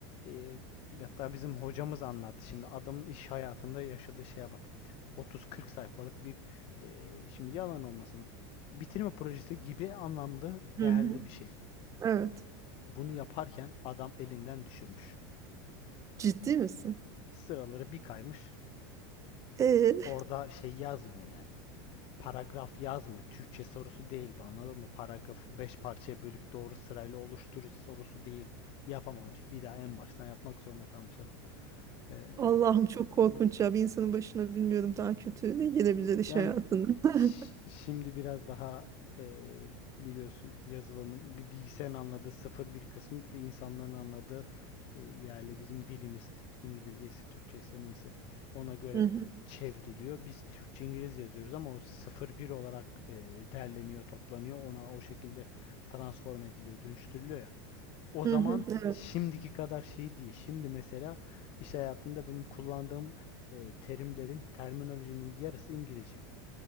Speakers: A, on the left; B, on the right.
A: Ee, hatta bizim hocamız anlattı. Şimdi adamın iş hayatında yaşadığı şeye bak. 30-40 sayfalık bir e, şimdi yalan olmasın bitirme projesi gibi anlamlı değerli
B: Hı hı.
A: bir şey.
B: Evet.
A: Bunu yaparken adam elinden düşürmüş.
B: Ciddi misin?
A: Sıraları bir kaymış.
B: Ee,
A: Orada şey yazmıyor yani. Paragraf yazmıyor. Türkçe sorusu değil bu anladın mı? Paragrafı 5 parçaya bölüp doğru sırayla oluşturur sorusu değil bu. Yapamamış. Bir daha en baştan yapmak zorunda kalmış adam. Ee,
B: Allah'ım çok korkunç ya. Bir insanın başına bilmiyorum daha kötü ne gelebilir iş
A: yani
B: hayatında. <laughs>
A: Ş- Şimdi biraz daha e, biliyorsun yazılımın bir bilgisayarın anladığı sıfır bir kısmı bir de insanların anladığı e, yerle bizim dilimiz İngilizce ise Türkçe ise neyse ona göre
B: Hı hı,
A: çevriliyor. Biz Türkçe İngilizce yazıyoruz ama o sıfır bir olarak e, derleniyor, toplanıyor. Ona o şekilde transform ediliyor, dönüştürülüyor ya. O
B: hı
A: zaman
B: hı, evet,
A: şimdiki kadar şey değil. Şimdi mesela iş hayatında benim kullandığım e, terimlerin, terminolojinin yarısı İngilizce